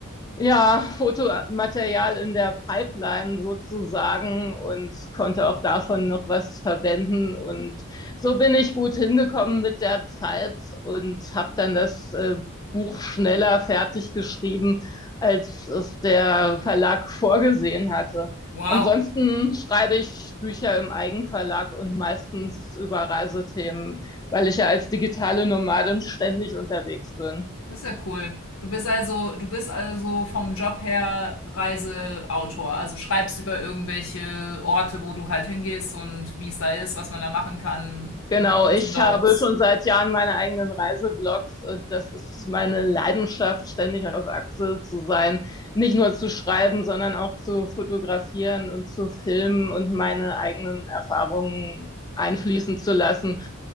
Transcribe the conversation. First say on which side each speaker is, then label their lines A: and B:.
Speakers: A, on the left (about 20°); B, on the left (about 85°).
A: ja, Fotomaterial in der Pipeline sozusagen und konnte auch davon noch was verwenden. Und so bin ich gut hingekommen mit der Zeit und habe dann das äh, Buch schneller fertig geschrieben, als es der Verlag vorgesehen hatte.
B: Wow.
A: Ansonsten schreibe ich Bücher im Eigenverlag und meistens über Reisethemen, weil ich ja als digitale Nomadin ständig unterwegs bin.
B: Das ist ja cool. Du bist also, du bist also vom Job her Reiseautor. Also schreibst über irgendwelche Orte, wo du halt hingehst und wie es da ist, was man da machen kann.
A: Genau,
B: Do's
A: ich
B: und Downs.
A: habe schon seit Jahren meine eigenen Reiseblogs und das ist meine Leidenschaft, ständig auf Achse zu sein, nicht nur zu schreiben, sondern auch zu fotografieren und zu filmen und meine eigenen Erfahrungen einfließen zu lassen.